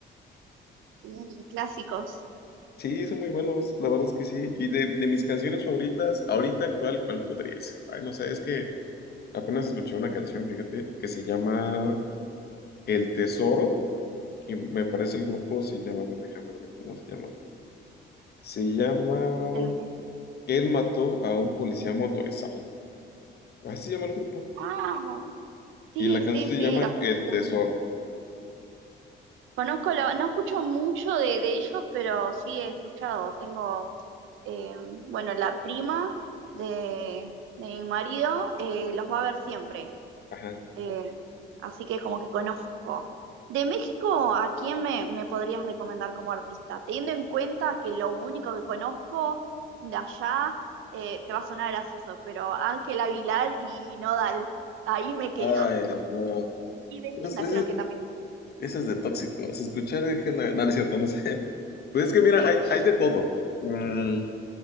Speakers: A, on the right; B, on the left.
A: Sí, clásicos.
B: Sí, son muy buenos, la verdad es que sí. Y de, de mis canciones favoritas, ahorita actual, ¿cuál podría ser? Ay, no sé, es que apenas escuché una canción, fíjate, que se llama El Tesoro, y me parece el grupo se llama, a ver, déjame ver cómo se llama. Se llama
A: El que-
B: Él mató a un policía motorizado. Así se llama el grupo.
A: Ah, sí,
B: Y la canción
A: sí, sí,
B: se llama
A: lo, lo
B: El Tesoro.
A: Conozco, la- no escucho mucho de, de ellos, pero sí he escuchado. Tengo, eh, bueno, la prima de, de mi marido eh, los va a ver siempre,
B: Ajá.
A: eh, así que como que conozco. De México, ¿a quién me, me podrías recomendar como artista? Teniendo en cuenta que lo único que conozco de allá, eh, te va a sonar gracioso, pero Ángel Aguilar y Nodal, ahí me quedo.
B: Ay,
A: <laughs>
B: no.
A: Y Belinda
B: Es, es-
A: creo que también. es-
B: Eso es de tóxicos. Escuchar es que No, no es cierto, no sé. <laughs> Pues es que mira, hay, hay de todo. Mm,